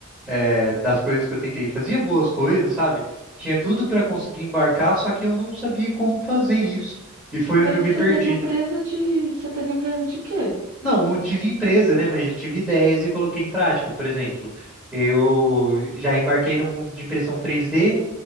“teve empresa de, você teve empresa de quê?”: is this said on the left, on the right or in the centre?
Right